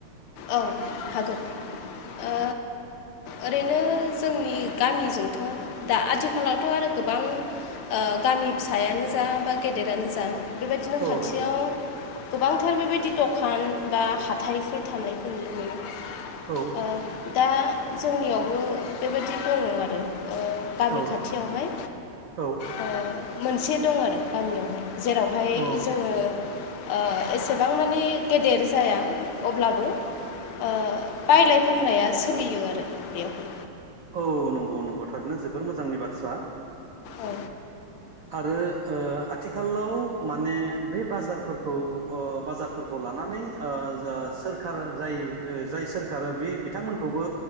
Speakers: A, on the left; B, on the right.
A: औ हागोन ओ ओरैनो जोंनि गामिजोंथ' दा आथिखालावथ' आरो गोबां ओ गामि फिसायानो जा बा गेदेरानो जा बेबायदिनो
B: औ
A: खाथियाव
B: नंगौ
A: गोबांथार बेबायदि दखान बा हाथायफोर थानाय खौ नुनो मोनो
B: औ
A: ओ दा जोंनियावबो बेबायदि दङ आरो। ओ गामि
B: औ
A: खाथियावहाय
B: औ
A: ओ मोनसे दं आरो गामियावहाय जेरावहाय
B: औ
A: जोंङो
B: औ
A: ओ एसेबां मानि गेदेर जाया अब्लाबो ओ बायलाय फाननाया सोलियो आरो बेयावहाय।
B: औ नंगौ-नंगौ थारैनो जोबोर मोजांनि बाथ्रा।
A: औ
B: आरो ओ आथिखालाव माने बे बाजारफोरखौ ओ बाजारफोरखौ लाना नै ओ जा सोरखार जाय-जाय सोरखार बे बिथांमोनखौबो